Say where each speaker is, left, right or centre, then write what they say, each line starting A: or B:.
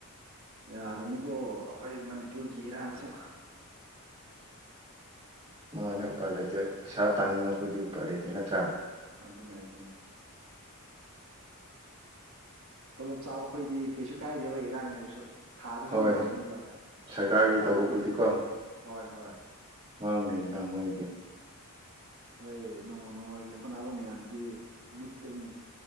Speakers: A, on the right (about 65°); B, on the right (about 25°).
A: ꯌꯥꯗꯕꯅꯤꯀꯣ ꯑꯈꯣꯏ ꯃꯅꯤꯄꯨꯔꯒꯤ ꯏꯔꯥꯡꯁꯨ
B: ꯃꯥꯅꯦ ꯎꯄꯥꯏ ꯂꯩꯇꯦ ꯄꯩꯁꯥ ꯇꯟꯅꯤꯡꯕ ꯑꯩꯈꯣꯏꯗꯤ ꯎꯄꯥꯏ ꯂꯩꯇꯦ ꯅꯠꯇ꯭ꯔ?
A: ꯑꯥꯗꯨꯅꯦ ꯑꯗꯨꯅꯦ ꯇꯣꯂꯣꯞ ꯆꯥꯕ ꯑꯩꯈꯣꯏꯗꯤ ꯀꯩꯁꯨ ꯀꯥꯏꯗꯦ ꯍꯣꯏ ꯏꯔꯥꯡ ꯂꯩꯔꯁꯨ ꯊꯥꯗ ꯁꯨꯝ
B: ꯍꯣꯏ
A: ꯂꯥꯛꯀꯅꯦꯕ
B: ꯁꯔꯀꯥꯔꯒꯤ
A: ꯆꯥꯗꯕ
B: ꯇꯧꯕ ꯑꯩꯈꯣꯏꯗꯤꯀꯣ
A: ꯍꯣꯏ ꯍꯣꯏ
B: ꯃꯥꯡꯗꯦꯗꯅ ꯃꯣꯏꯒꯤꯗꯤ
A: ꯑꯈꯣꯏ ꯅꯣꯡꯃꯥ ꯅꯣꯡꯃꯒꯤ ꯍꯣꯠꯅꯕ ꯃꯌꯥꯝꯗꯨꯗꯤ ꯃꯨꯠꯀꯅꯤꯅꯦ